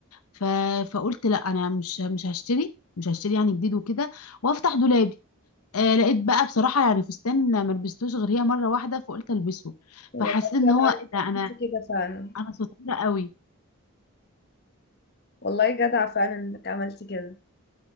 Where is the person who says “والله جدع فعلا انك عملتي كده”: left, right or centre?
Left